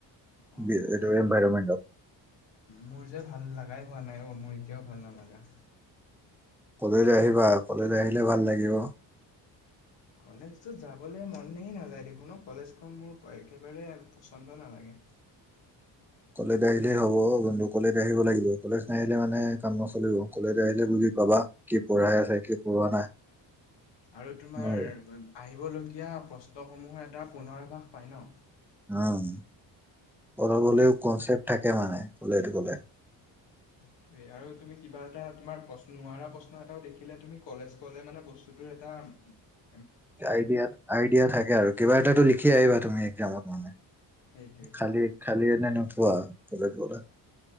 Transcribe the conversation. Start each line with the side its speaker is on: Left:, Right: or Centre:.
Left: অ
Centre: বি,
Left: অ
Centre: এইটো
Left: মোৰ
Centre: এনভাইৰমেণ্টত।
Left: মোৰ যে ভাল লাগাই হোৱা নাই অ', মোৰ এতিয়াও ভাল নালাগা।
Centre: কলেজ আহিবা, কলেজ আহিলে ভাল লাগিব।
Left: কলেজতো যাবলে মন নেই নাযায় দেখোন ন কলেজখন মোৰ একেবাৰে পচন্দ নালাগে।
Centre: কলেজ আহিলে হব বন্ধু, কলেজ আহিব লাগিব, কলেজ ন আহিলে মানে কাম নচলিব কলেজ আহিলে বুজ পাবা কি পঢ়াই আছে কি পঢ়োৱা নাই
Left: আৰু তোমাৰ
Centre: হয়।
Left: আহিবলগীয়া প্ৰশ্নসমূহৰ এটা পুনৰাভাস পায় ন?
Centre: উম অলপ হলেও কনচেপ্ট থাকে মানে কলে এইটোকলে
Left: সেইটোয়ে আৰু তুমি কিবা এটা তোমাৰ প্ৰশ্ন নোৱাৰা প্ৰশ্ন এটাও দেখিলে তুমি কলেজ কলে মানে বস্তু <unintelligible>
Centre: আইডিয়া, আইডিয়া থাকে আৰু। কিবা এটাটো লিখি আহিবা তুমি একজামত মানে।
Left: সেইটোৱে সেইটোৱে
Centre: খালী-খালী এনে নঠোৱা <unintelligible>